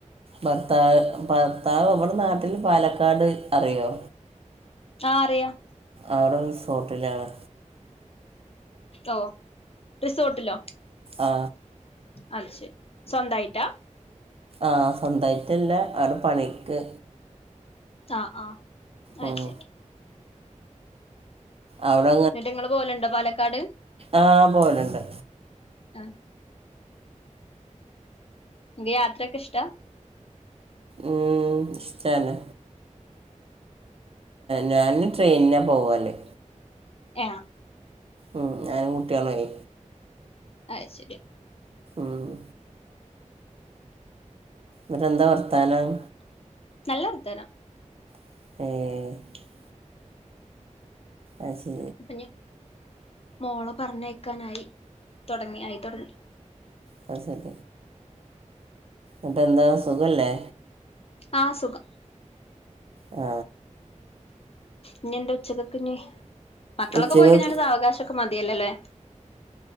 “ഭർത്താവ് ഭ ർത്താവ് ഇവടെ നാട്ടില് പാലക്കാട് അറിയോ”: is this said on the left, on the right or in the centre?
Right